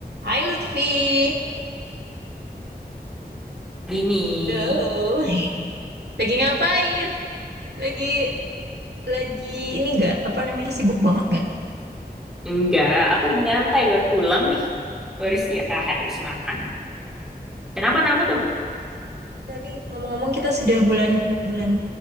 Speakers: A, on the right (about 85°); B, in the centre.
A: Hai Lutfi,
B: Dini.
A: halo. Lagi ngapain? Lagi lagi ini nggak apa namanya sibuk banget nggak?
B: Enggak, aku lagi nyantai baru pulang nih. Baru
A: Oh,
B: istirahat habis makan. Kenapa kenapa tuh?
A: enggak nih. Ngomong-ngomong kita sudah bulan bulan